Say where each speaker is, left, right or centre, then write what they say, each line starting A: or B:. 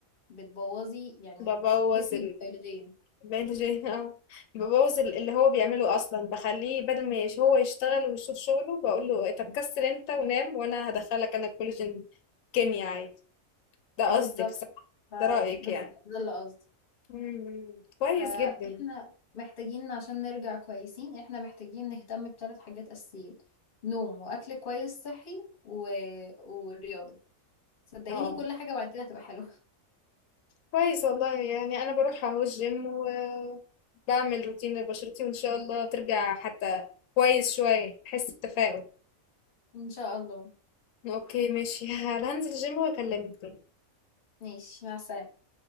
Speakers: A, on the left (about 40°); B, on the left (about 70°).
A: بتبوظي يعني
B: ببوظ
A: جسمك بيولوجيا
B: بلجي <laughs> اه ببوظ ال- اللي هو بيعمله اصلا بخليه بدل ما يش- هو يشتغل ويشوف شغله بقول له إيه، طب كسر انت ونام وانا هدخلك انا كولاجين كيمياء عادي ده
A: بالظبط
B: قصدك صح
A: ف-
B: ده رأيك
A: بالظبط
B: يعني
A: ده اللي قصدي
B: مم. كويس
A: فاحنا
B: جدا
A: محتاجين عشان نرجع كويسين احنا محتاجين نهتم بثلاث حاجات اساسيين نوم واكل كويس صحي و... ورياضة صدقيني
B: اه
A: كل حاجة بعد كده هتبقى حلوة
B: كويس والله يعني انا بروح اهو الجيم وبعمل روتين لبشرتي وان شاء الله ترجع حتى كويس شوية احس بتفاؤل
A: <laughs> ان شاء الله
B: اوكي ماشي <laughs> هنزل الجيم واكلمك تاني
A: ماشي مع السلامة